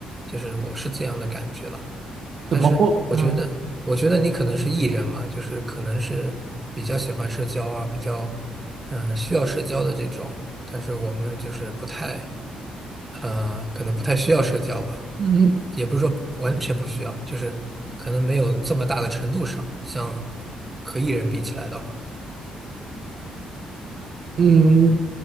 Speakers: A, on the right; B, on the right.
A: 就是我是这样的感觉了。
B: 怎么会？
A: 但是我觉得，
B: 嗯
A: 我觉得你可能是 E 人嘛，就是可能是比较喜欢社交啊，比较嗯、呃需要社交的这种。但是我们就是不太呃，可能不太需要社交吧，
B: 嗯
A: 也不是说完全不需要，就是可能没有这么大的程度上，像和 E 人比起来的话，
B: 嗯，